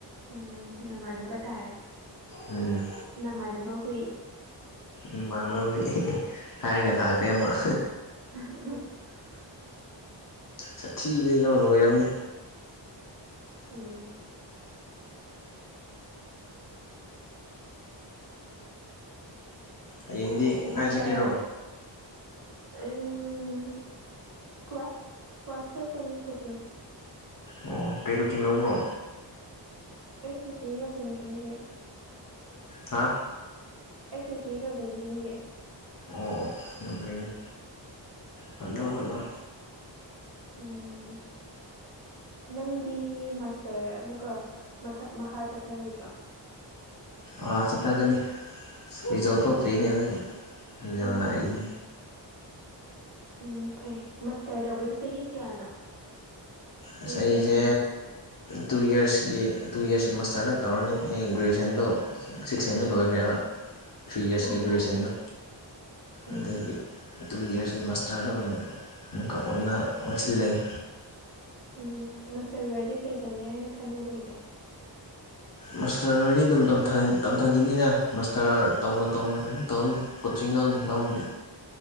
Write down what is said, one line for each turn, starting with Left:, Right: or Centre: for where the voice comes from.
Right: ꯎꯝ ꯅꯃꯥꯟꯅꯕ ꯇꯥꯔꯦ꯫
Left: ꯎꯝ꯫
Right: ꯅꯃꯥꯟꯅꯕ ꯍꯨꯏ꯫
Left: ꯏꯃꯥꯟꯅꯕ ꯍꯨꯏ ꯍꯥꯏꯔꯒ ꯂꯥꯛꯈ꯭ꯔꯦ ꯃꯣꯏ꯫
Right: <unintelligible>
Left: ꯁꯥꯊꯤꯕꯗꯤꯀꯣ ꯂꯣꯏꯔꯝꯅꯦ꯫
Right: ꯎꯝ꯫
Left: ꯍꯌꯦꯡꯗꯤ꯫
Right: ꯃꯥꯁꯇꯔ
Left: ꯀꯥꯏ ꯆꯠꯀꯦꯔꯣ
Right: <unintelligible> ꯀ꯭ꯂꯥꯁ ꯀ꯭ꯂꯥꯁ ꯆꯠꯀꯥꯅꯤ ꯀꯣꯆꯤꯡ
Left: ꯑꯣ ꯀꯩ ꯀꯣꯆꯤꯡ ꯂꯧꯕ꯭ꯔꯣ
Right: ꯑꯦꯁ ꯑꯦꯁ ꯁꯤ ꯒꯥ ꯕꯦꯡꯀꯤꯡꯒꯤ
Left: ꯍꯥ
Right: ꯑꯦꯁ ꯑꯦꯁ ꯁꯤꯒꯥ ꯕꯦꯡꯀꯤꯡꯒꯤ
Left: ꯑꯣ ꯌꯥꯝ ꯐꯩꯅꯦ ꯍꯣꯠꯅꯧ ꯍꯣꯠꯅꯧ
Right: ꯎꯝ ꯅꯪꯗꯤ ꯃꯥꯁꯇꯔ ꯑꯃꯨꯛꯀꯥ ꯃꯊꯥ ꯃꯈꯥ ꯆꯠꯊꯔꯣꯏꯗ꯭ꯔꯣ
Left: ꯑꯥ ꯆꯠꯊꯥꯒꯅꯤ ꯔꯤꯖꯥꯜ
Right: ꯎꯝ
Left: ꯊꯣꯛꯇ꯭ꯔꯤꯅꯦ ꯑꯈꯣꯏꯒꯤ ꯔꯤꯖꯜ
Right: ꯎꯝ
Left: ꯉꯥꯛꯏꯔꯤꯅꯤ
Right: ꯎꯝ ꯎꯝ ꯐꯩ ꯃꯁꯇꯔ ꯇꯧꯕꯗꯨ ꯆꯍꯤ ꯀꯌꯥꯅꯣ ꯆꯍꯤ
Left: ꯑꯁ ꯑꯩꯖꯦ
Right: ꯀꯌꯥ ꯆꯪꯒꯦ
Left: ꯇꯨ ꯌꯔꯁꯀꯤ ꯇꯨ ꯌꯔꯁꯀꯤ ꯃꯥꯁꯇꯔꯗ ꯇꯧꯔꯅꯤ ꯑꯩ ꯒ꯭ꯔꯦꯖꯨꯑꯦꯁꯟꯗꯣ ꯁꯤꯛꯁ ꯍꯦꯟꯗꯥ
Right: ꯎꯝ
Left: ꯂꯣꯏꯈ꯭ꯔꯦꯕ ꯊ꯭ꯔꯤ ꯌꯥꯔꯁꯀꯤ
Right: ꯎꯝ
Left: ꯒ꯭ꯔꯦꯖꯨꯌꯦꯁꯟꯗꯣ
Right: ꯎꯝ
Left: ꯑꯗꯨꯒꯤ ꯇꯨ ꯌꯔꯁꯀꯤ ꯃꯥꯁꯇꯔꯗꯥ ꯑꯣꯏꯅ ꯑꯃꯨꯛꯀꯥ ꯑꯣꯟꯅ ꯑꯣꯟꯁꯤꯜꯂꯒꯦ
Right: ꯎꯝ ꯃꯥꯁꯇꯔ ꯂꯣꯏꯔꯥꯗꯤ ꯀꯩ ꯇꯧꯒꯦ ꯍꯥꯏꯅ ꯈꯟꯅ ꯂꯩꯒꯦ <inaudible>
Left: ꯃꯥꯁꯇꯔ ꯂꯣꯏꯗꯤ ꯑꯗꯨꯝ ꯇꯝꯊꯥ ꯇꯝꯊꯥꯈꯤꯅꯤꯗꯥ ꯃꯥꯁꯇꯔ ꯇꯧꯅ ꯇꯧꯅ ꯀꯩꯅꯝ ꯇꯧꯅꯤ ꯀꯣꯆꯤꯡ ꯂꯥꯎꯅꯤ ꯂꯧꯕꯗꯤ